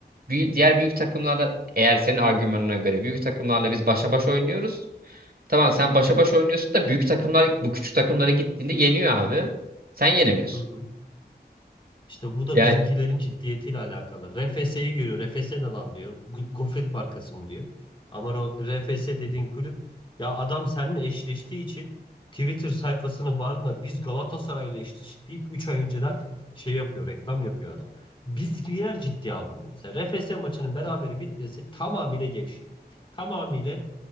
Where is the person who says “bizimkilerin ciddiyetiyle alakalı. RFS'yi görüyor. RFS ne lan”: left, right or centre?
Left